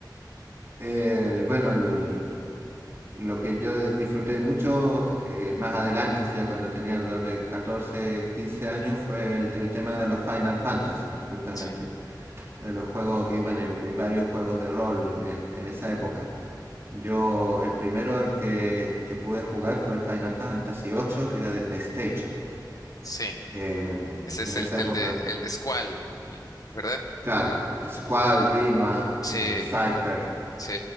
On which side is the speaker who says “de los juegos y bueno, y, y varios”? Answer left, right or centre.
Right